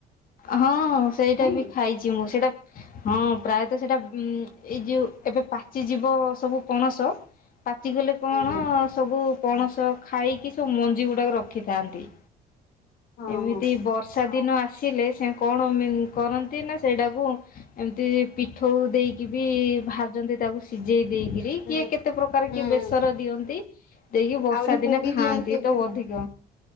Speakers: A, on the left; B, on the left.
A: ହଁ ସେଇଟା
B: ନାଇଁ
A: ବି ଖାଇଚି ମୁଁ ସେଇଟା ହଁ ପ୍ରାୟତଃ ସେଇଟା ଉ ଏଇ ଯୋଉ ଏବେ ପାଚି ଯିବ ସବୁ ପଣସ ପାଚିଗଲେ କଣ
B: ଆଜ୍ଞା।
A: ସବୁ ପଣସ ଖାଇକି ସବୁ ମଞ୍ଜି ଗୁଡାକ ରଖିଥାନ୍ତି।
B: ହଁ
A: ଏମିତି
B: ହଁ
A: ବର୍ଷା ଦିନ ଆସିଲେ ସେ କଣ କରନ୍ତି ନା ସେଇଟାକୁ ଏମିତି ପିଠୋଉ ଦେଇକି ବି ଭାଜନ୍ତି ତାକୁ ସିଜେଇ ଦେଇକି। ଏଇ
B: ହୁଁ
A: କିଏ କେତେ ପ୍ରକାର
B: ହୁଁ
A: କିଏ ବେସର ଦିଅନ୍ତି। ଦେଇକି ବର୍ଷା
B: ଆହୁରି ପୋଡି
A: ଦିନେ ଖାଆନ୍ତି
B: ଦିଅନ୍ତି ବି।
A: ତ ଅଧିକ